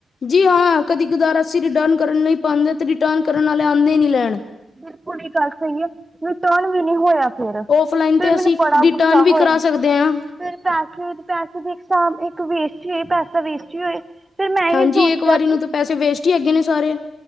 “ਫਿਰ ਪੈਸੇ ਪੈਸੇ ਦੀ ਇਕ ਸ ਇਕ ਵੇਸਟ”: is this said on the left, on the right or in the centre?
Right